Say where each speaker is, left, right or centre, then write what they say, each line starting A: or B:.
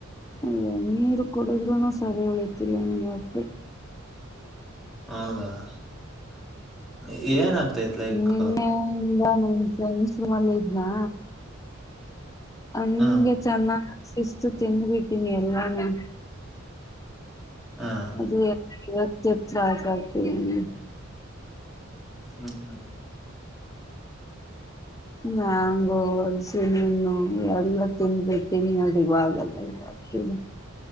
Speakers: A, on the left; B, in the centre.
A: ಅಯ್ಯೋ ನೀರು ಕೊಡುದ್ರುನು ಸರಿ ಹೋಯ್ತಿಲ್ಲ ಹೊಟ್ಟೆ
B: ಹೌದಾ <inaudible> ಏನ ಏನಾಯ್ತೆತೆ ಲೈಕ್
A: ನಿನ್ನೆಯಿಂದ ನನ್ ಫ್ರೆಂಡ್ಸ್ ರೂಮ್ ಅಲ್ಲಿ ಇದ್ನಾ ಹಂಗೆ
B: ಹ
A: ಚನ್ನ ಶಿಸ್ತು ತಿಂದು ಬಿಟ್ಟನಿ ಎಲ್ಲಾನು.
B: ಹ್ಮ್
A: ಅದು. ತ್ತೆ ತ್ರಾಸ ಆಗ್ತಿದೆ ನಂಗೆ
B: ಹ್ಮ್ ಹ್ಮ್ ಹ್ಮ್
A: ಮ್ಯಾಂಗೋ ಹಲಸಿನ ಹಣ್ಣು ಎಲ್ಲ ತಿಂದು ಬಿಡ್ತೀನಿ ಅದು ಇವಗೆಲ್ಲ ಇದು ಆಗ್ತಿದೆ.